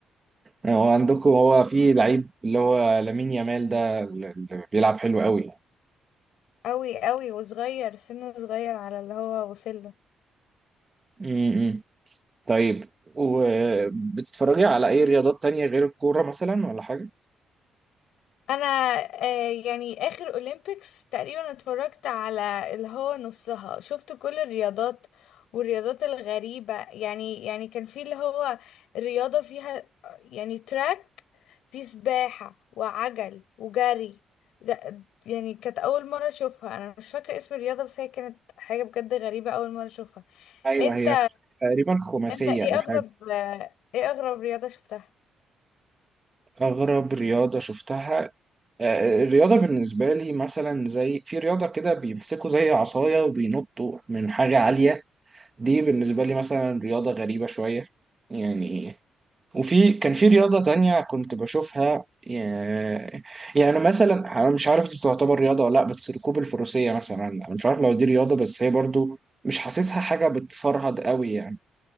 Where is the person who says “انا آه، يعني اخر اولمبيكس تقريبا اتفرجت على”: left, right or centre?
Left